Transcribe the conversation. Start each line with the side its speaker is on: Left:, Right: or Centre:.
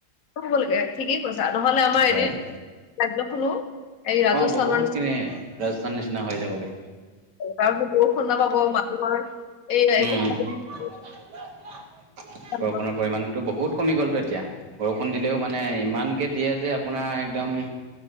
Left: হ'ব লাগে ঠিকেই কৈছা নহ'লে আমাৰ
Right: হয়
Left: এদিন ৰাজ্যখনো এই ৰাজস্থানৰ
Right: অ', বহুত
Left: নিচিনা
Right: খিনি ৰাজস্থান নিচিনা হৈ যাবগে।
Left: <unintelligible>
Right: উম। বৰষুণৰ
Left: ইচ্ছা
Right: পৰিমণতটো বহুত কমি গ'লতো এতিয়া বৰষুণ দিলেও মানে ইমান দিয়ে যে আপোনাৰ একদম